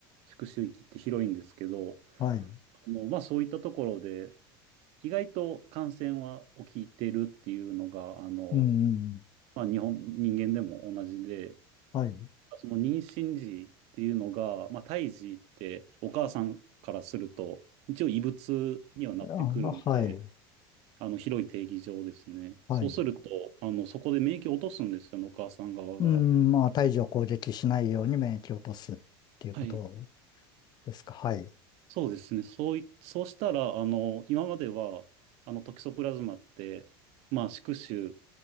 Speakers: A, on the right; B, on the left.
A: 宿主域って広いんですけど、
B: はい。
A: あの、まあ、そういったところで、意外と感染は起きてるっていうのが、あの、
B: うん。
A: まあ、日本、人間でも同じで、
B: はい。
A: その妊娠時っていうのが、まあ、胎児ってお母さんからすると、一応異物にはなってくるので、
B: あ、はい。
A: あの、広い定義上ですね。
B: はい。
A: そうすると、あの、そこで免疫を落とすんですよね、お母さん側が。
B: うん。まあ、胎児を攻撃しないように免疫を落とすっていうこと
A: はい。
B: ですか。はい。
A: そうですね。そうい、そうしたら、あの、今までは、あの、トキソプラズマって、まあ、宿主